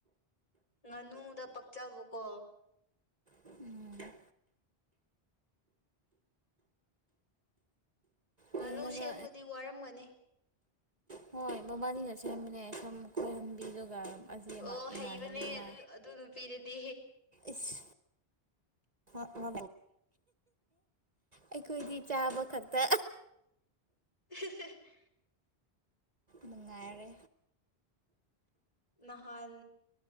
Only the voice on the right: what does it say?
ꯎꯝ
ꯑꯩꯅꯒ
ꯍꯣꯏ ꯃꯕꯥꯅꯤꯅ ꯁꯦꯝꯕꯅꯦ ꯁꯝ ꯈꯣꯏꯍꯟꯕꯤꯕꯒ ꯑꯁꯤ
ꯑꯃꯥ ꯏꯃꯥꯟꯅꯕꯤ
ꯑꯃꯥ
ꯏꯁ <unintelligible> ꯑꯩꯈꯣꯏꯗꯤ ꯆꯥꯕ ꯈꯛꯇ
ꯅꯨꯡꯉꯥꯏꯔꯦ